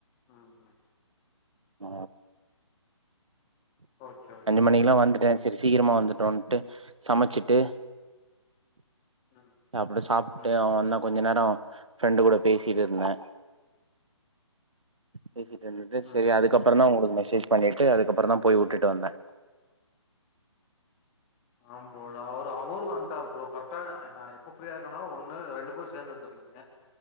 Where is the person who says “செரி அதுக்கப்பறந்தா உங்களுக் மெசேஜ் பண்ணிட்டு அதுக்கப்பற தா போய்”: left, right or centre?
Right